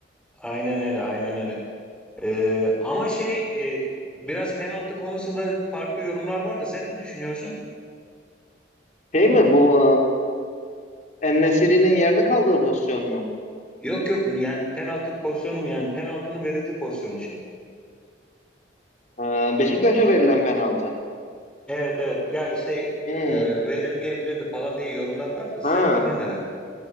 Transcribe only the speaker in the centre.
Aynen öyle. Aynen öyle. Ee, ama şey e, biraz penaltı konusunda farklı yorumlar var da sen ne düşünüyorsun?
Yok yok yani penaltı pozisyonu mu yani penaltının verildiği pozisyon için.
Evet evet ya işte e,
verilmeyebilirdi falan diye yorumlar vardı. Senin
fikrini merak ettim.